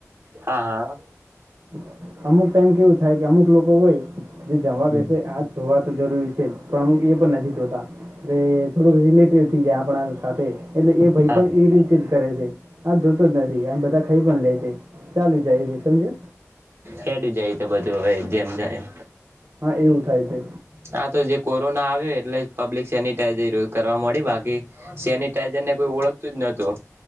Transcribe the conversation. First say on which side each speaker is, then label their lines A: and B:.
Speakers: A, on the right; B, on the right.
A: હા હા
B: <inaudible> અમુક ટાઈમ કેવું થાય કે અમુક લોકો હોય જે જમવા
A: હા
B: બેસે હાથ ધોવા પણ જરૂરી છે પણ અમુક એ પણ નથી ધોતા એટલે થોડુંક રિલેટિવ આપણા સાથે એટલે એ ભાઈ પણ
A: હા
B: એ રીતે જ કરે છે આ જોતો જ નથી આ બધા ખાઈ પણ લે છે ચાલુ જાય છે સમજો
A: હેડી જાય તો બધું હવે જેમ જાય એમ
B: હા એવું થાય છે
A: હા તો જે કોરોના આવ્યો એટલે પબ્લિક સેનિટાઈઝર યુઝ કરવા મળી બાકી સેનિટાઈઝર ને કોઈ ઓળખતું જ નતું